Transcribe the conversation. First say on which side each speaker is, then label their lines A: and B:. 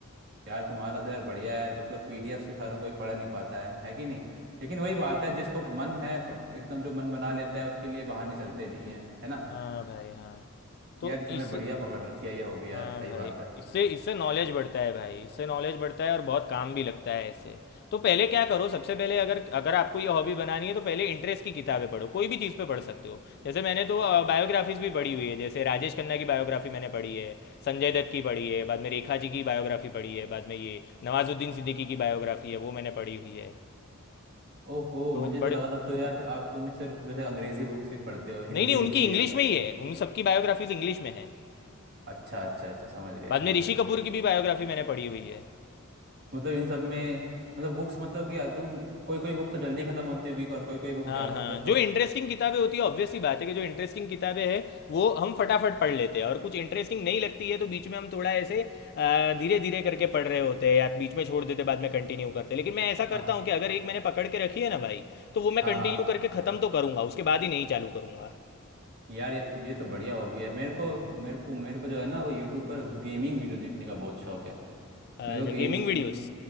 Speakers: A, on the right; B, on the left.
A: यार तुम्हारा तो यार बढ़िया है यार मतलब पीडीएफ से हर कोई पढ़ नहीं पाता है है कि नहीं लेकिन वही बात है जिसको मन है प- एकदम जो मन बना लेता है उसके लिए बहाने चलते नहीं है है ना
B: हाँ भाई हाँ तो
A: यार ये तुमने
B: इस
A: बढ़िया पकड़ रखी है ये हॉबी यार
B: हाँ
A: सही
B: भाई
A: बात है
B: इससे इससे नॉलेज बढ़ता है भाई इससे नॉलेज बढ़ता है और बहुत काम भी लगता है ऐसे तो पहले क्या करो सबसे पहले अगर अगर आपको ये हॉबी बनानी है तो पहले इंटरेस्ट की किताबें पढ़ो कोई भी चीज़ पे पढ़ सकते हो जैसे मैंने तो बायोग्राफीज भी पढ़ी हुई है जैसे राजेश खन्ना की बायोग्राफी मैंने पढ़ी है संजय दत्त की पढ़ी है बाद में रेखा जी की बायोग्राफी पढ़ी है बाद में ये नवाजुद्दीन सिद्दीकी की बायोग्राफी है वो मैंने पढ़ी हुई है
A: ओहो
B: तो
A: मुझे
B: बड़े
A: तो लगा था तो यार
B: हाँ।
A: आप तुम सिर्फ वैसे अंग्रेजी बुक्स ही पढ़ते हो हिंदी
B: नहीं नहीं उनकी
A: बुक्स भी
B: इंग्लिश
A: हैं
B: में ही है उन सबकी बायोग्राफीज इंग्लिश में है
A: अच्छा अच्छा अच्छा समझ गए
B: बाद
A: समझ
B: में ऋषि
A: गए
B: कपूर की भी बायोग्राफी मैंने पढ़ी हुई है
A: मतलब इन सब में मतलब बुक्स मतलब कि यार तुम कोई कोई बुक तो जल्दी खत्म होती होगी और कोई कोई बुक
B: हाँ
A: ज़्यादा मतलब
B: हाँ जो
A: थोड़ा
B: इंटरेस्टिंग किताबें होती है ऑब्वियस सी बात है कि जो इंटरेस्टिंग किताबें हैं वो हम फटाफट पढ़ लेते हैं और कुछ इंटरेस्टिंग नहीं लगती है तो बीच में हम थोड़ा ऐसे धीरे धीरे करके पढ़ रहे होते हैं या बीच में छोड़ देते हैं, बाद में कंटिन्यू करते हैं लेकिन मैं ऐसा
A: हाँ
B: करता हूँ कि अगर एक मैंने पकड़ के रखी है ना भाई तो वो मैं
A: हाँ
B: कंटिन्यू
A: हाँ
B: करके ख़त्म तो करूँगा उसके बाद ही नहीं चालू करूँगा
A: यार ये ये तो बढ़िया हॉबी है मेरे को मेरे को मेरे को जो है ना वो यूट्यूब पर गेमिंग वीडियो देखने का बहुत शौक है
B: अच्छा
A: मेरे को गेम्स
B: गेमिंग वीडियोस